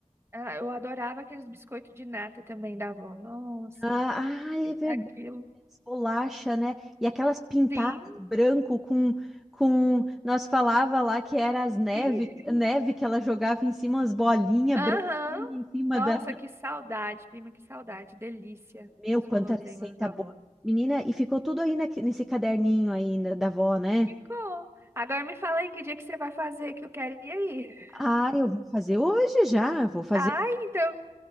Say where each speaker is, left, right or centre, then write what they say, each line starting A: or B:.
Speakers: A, on the right (about 20°); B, in the centre.
A: Ah, eu adorava aqueles biscoitos de nata também da avó. Nossa,
B: Ah, ah, é
A: que-
B: verdade,
A: aquilo.
B: as bolacha, né? E aquelas pintadas
A: Sim,
B: de branco com, com... Nós falava lá que era as neve,
A: sim.
B: neve que ela jogava em cima, as bolinhas
A: Aham.
B: branquinhas em cima
A: Nossa,
B: da...
A: que saudade, prima, que saudade. Delícia
B: Meu,
A: dos
B: quanta
A: guloseimas
B: receita
A: da
B: boa.
A: avó.
B: Menina, e ficou tudo aí naque- nesse caderninho aí né, da avó, né?
A: Ficou. Agora me fala aí que dia que você vai fazer, que eu quero ir aí.
B: Ah, eu vou fazer hoje já, eu vou fazer
A: Ai, então